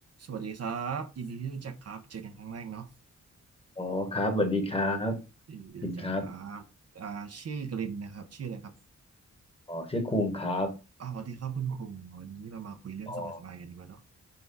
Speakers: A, on the right; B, on the left.
A: สวัสดีครับยินดีที่รู้จักครับเจอกันครั้งแรกเนาะ
B: อ๋อครับสวัสดีครับ
A: ยินดีที่รู้จักครับอ่าชื่อกลินนะครับชื่ออะไรครับ
B: พินครับอ๋อชื่อคุงครับ
A: อ๋อสวัสดีครับคุณคุงวันนี้เรามาคุยเรื่องสบายๆกันดีกว่าเนาะ
B: อ๋อ